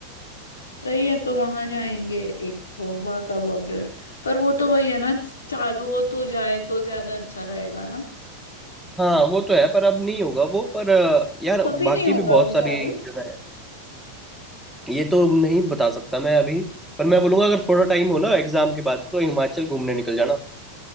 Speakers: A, on the left (about 70°); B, in the centre.
A: सही है तो वहां जाएंगे एक तो वहां का बॉर्डर पर वो तो वही है ना चालू हो तो जाए तो ज्यादा अच्छा रहेगा ना
B: हाँ वो तो है पर अब नहीं होगा वो पर अ, यार
A: कभी
B: बाकी
A: नहीं होगा
B: भी बहुत
A: वो
B: सारी
A: चालू
B: जगह है ये तो नहीं बता सकता मैं अभी पर मैं बोलूंगा अगर थोड़ा टाइम हो ना एग्जाम के बाद तो हिमाचल घूमने निकल जाना